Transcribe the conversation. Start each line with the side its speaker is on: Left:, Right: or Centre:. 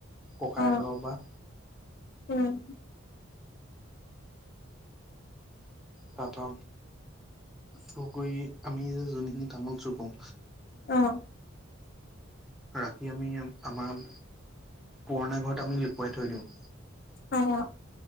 Centre: ককাই
Left: অ
Centre: ঘৰ পা
Left: উম।
Centre: তা পা চু কৰি আমি যে যোনখিনি তামোল চুকও
Left: অ।
Centre: ৰাতি আমি আমাৰ পুৰণা ঘৰত আমি লুকুৱাই থৈ দিওঁ।
Left: অ অ।